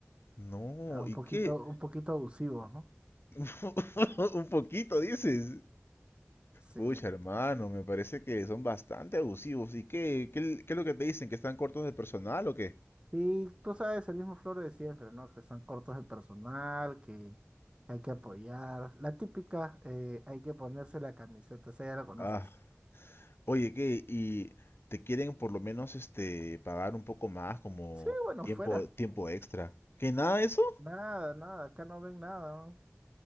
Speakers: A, on the left; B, on the right.
A: No,
B: Ah, Un
A: ¿y
B: poquito,
A: qué?
B: un poquito abusivos, ¿no?
A: <laughs> Un poquito, dices.
B: Sí.
A: Pucha, hermano, me parece que son bastante abusivos. ¿Y qué, qué, qué es lo que te dicen? ¿Que están cortos de personal o qué?
B: Sí, tú sabes, el mismo floro de siempre, ¿no? Que son cortos de personal, que hay que apoyar. La típica, eh, hay que ponerse la camiseta, esa ya la conoces.
A: Ah. Oye, ¿qué? ¿Y te quieren por lo menos este pagar un poco más como
B: Sí, bueno,
A: tiempo
B: fuera.
A: tiempo extra? ¿Que nada de eso?
B: Nada, nada, acá no ven nada. ¿no?